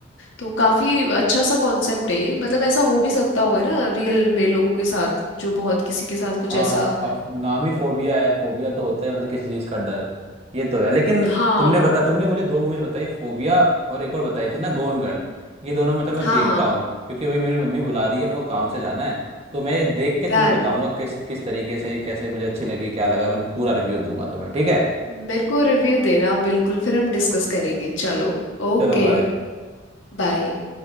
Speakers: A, on the left (about 80°); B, on the right (about 35°).
A: तो काफी अच्छा सा कॉन्सेप्ट है ये मतलब ऐसा हो भी सकता होगा ना रियल में लोगों के साथ जो बहुत किसी के साथ कुछ
B: हाँ
A: ऐसा
B: हाँ, अब नाम ही फोबिया है फोबिया तो होता है मतलब किसी चीज का डर ये तो है लेकिन
A: हाँ
B: तुमने बता तुमने मुझे दो मूवीज बताई फोबिया और एक और बताई थी ना गोन गर्ल ये दोनों मैं चलो मैं
A: हाँ
B: देखता
A: हाँ
B: हूँ क्योंकि अभी मेरी मम्मी बुला रही है मेरे को काम से जाना है तो मैं ये देख के तुम्हें
A: डन
B: बताऊंगा किस किस तरीके से कैसे मुझे अच्छी लगी क्या लगा मैं पूरा रिव्यू दूंगा तुम्हें ठीक है
A: मेरे को रिव्यू देना बिल्कुल फिर हम डिस्कस करेंगे चलो ओके
B: चलो बाय
A: बाय